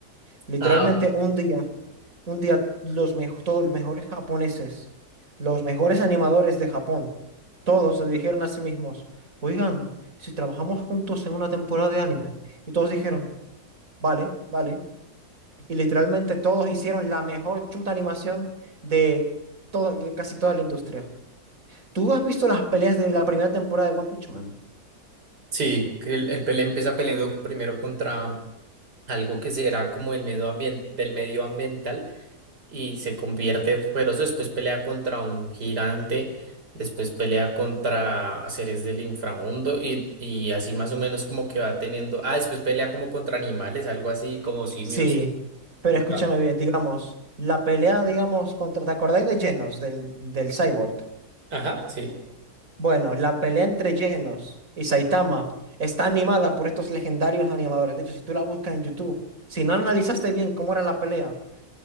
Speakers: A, on the right; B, on the right.
A: Literalmente
B: Ah, ok.
A: un día, un día los, mejo- todos los mejores japoneses, los mejores animadores de Japón, todos se dijeron a sí mismos, oigan, si trabajamos juntos en una temporada de anime, y todos dijeron, vale, vale. Y literalmente todos hicieron la mejor chuta animación de toda- de casi toda la industria. ¿Tú has visto las peleas de la primera temporada de One Punch Man?
B: sí, que el, el pele empieza peleando primero contra algo que será como el medio ambien- del medio ambiental y se convierte pero Después pelea contra un gigante, después pelea contra seres del inframundo y, y así más o menos como que va teniendo. Ah, después pelea como contra animales, algo así como simios
A: Sí, pero
B: y tal.
A: escúchame bien, digamos, la pelea, digamos, contra, ¿te acordáis de Genos, del, del Cyborg?
B: Ajá, sí.
A: Bueno, la pelea entre Genos y Saitama está animada por estos legendarios animadores. De hecho, si tú la buscas en YouTube, si no analizaste bien cómo era la pelea,